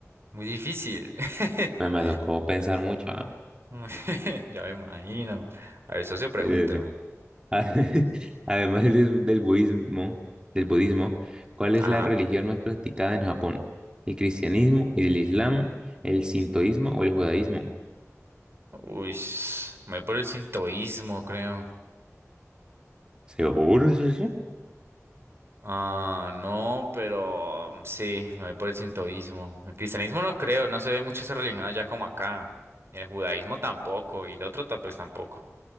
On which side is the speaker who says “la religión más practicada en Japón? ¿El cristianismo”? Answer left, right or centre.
Right